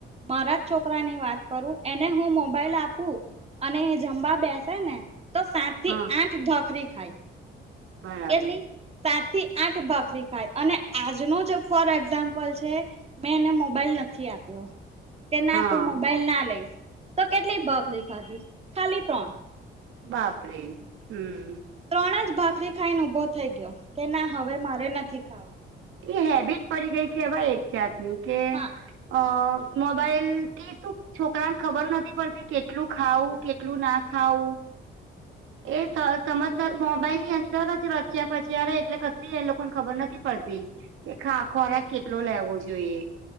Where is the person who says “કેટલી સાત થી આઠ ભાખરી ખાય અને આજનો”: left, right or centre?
Right